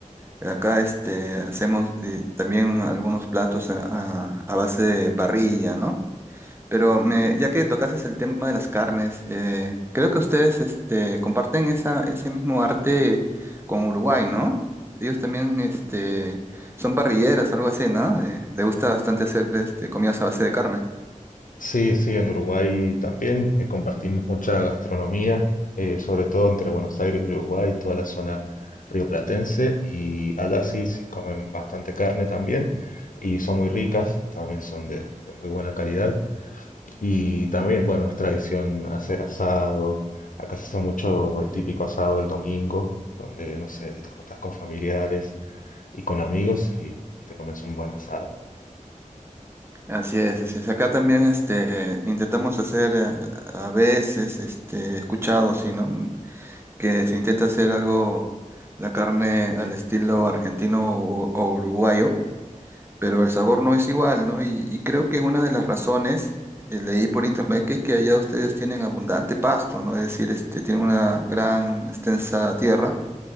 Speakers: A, on the right; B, on the left.
A: Acá este, hacemos eh, también algunos platos a, a- a base de parrilla, ¿no? Pero me, ya que tocases el tema de las carnes, eh, creo que ustedes este, comparten esa, ese mismo arte con Uruguay, ¿no? Ellos también este, son parrilleras, algo así, ¿no? De- le gusta bastante hacer este, comidas a base de carne.
B: Sí, sí, en Uruguay también eh, compartimos mucha gastronomía, eh, sobre todo entre Buenos Aires y Uruguay, toda la zona rioplatense, y allá sí, sí comen bastante carne también, y son muy ricas, también son de, de muy buena calidad, y también, bueno, es tradición hacer asado, acá se hace mucho el típico asado del domingo, donde, no sé, te juntas con familiares y con amigos y, y te comes un buen asado.
A: Así es, así es. Acá también este, intentamos hacer eh, a, veces, este, escuchado, sí, ¿no? que se intenta hacer algo, la carne al estilo argentino o, o uruguayo, pero el sabor no es igual, ¿no? Y, y creo que una de las razones, eh, leí por internet, que es que allá ustedes tienen abundante pasto, ¿no? Es decir, este, tienen una gran extensa tierra